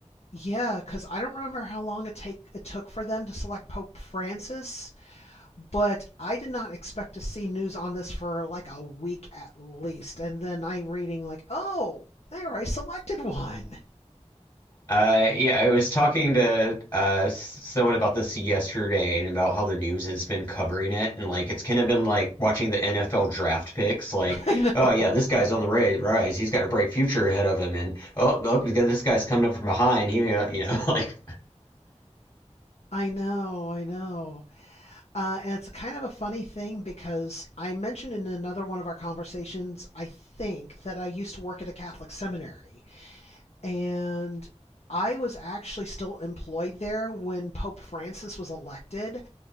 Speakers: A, on the left; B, on the left.
A: Yeah, because I don't remember how long it take it took for them to select Pope Francis, but I did not expect to see news on this for like a week at least. And then I'm reading like, oh, they already selected one.
B: Uh, yeah, I was talking to uh, s- someone about this yesterday and about how the news has been covering it. And like, it's kind of been like watching the NFL draft picks. Like,
A: <laughs> I know.
B: oh, yeah, this guy's on the ri- rise. He's got a bright future ahead of him. And oh, oh this guy's coming up from behind. He, may not- you know, <laughs> like,
A: I know, I know. Uh, and it's a kind of a funny thing because I mentioned in another one of our conversations, I think, that I used to work at a Catholic seminary. And I was actually still employed there when Pope Francis was elected.